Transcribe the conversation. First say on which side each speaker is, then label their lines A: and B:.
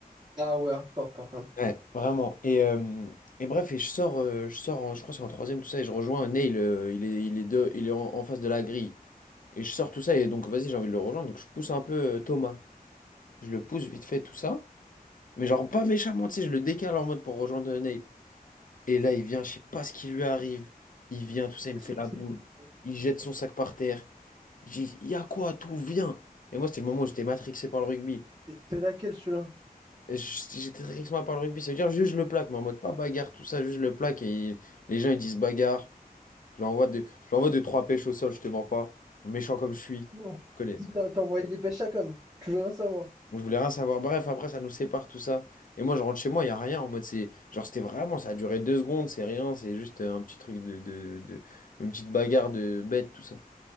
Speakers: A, on the right; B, on the left.
A: Ah ouais, hardcore par contre.
B: Ouais, vraiment. Et, euh, et bref, et je sors, euh, je sors en- je crois que c'est en troisième, tout ça, et je rejoins Neil, euh, il est, il est, de- il est en, en face de la grille. Et je sors tout ça, et donc vas-y, j'ai envie de le rejoindre, donc je pousse un peu euh, Thomas. Je le pousse vite fait, tout ça. Mais genre pas méchamment, tu sais, je le décale en mode pour rejoindre Neil. Et là, il vient, je sais pas ce qui lui arrive. Il vient, tout ça, il
A: <laughs>
B: me fait la boule. Il jette son sac par terre. J'ai dit, y a quoi, tout, viens. Et moi, c'était le moment où j'étais matrixé par le rugby.
A: Il te fait laquelle celui-là?
B: Je- J'étais très excité par le rugby, ça veut dire juste je le plaque, mais en mode pas bagarre, tout ça, juste je le plaque et les gens ils disent bagarre. Je l'envoie de, je l'envoie de trois pêches au sol, je te mens pas. Méchant comme je suis,
A: Non.
B: je connais.
A: T'en- T'envoyais des pêches à com. Tu voudrais savoir.
B: Donc je voulais rien savoir. Bref, après ça nous sépare tout ça. Et moi je rentre chez moi, il y a rien en mode c'est. Genre c'était vraiment, ça a duré deux secondes, c'est rien, c'est juste euh, un petit truc de, de, de- Une petite bagarre de bête, tout ça.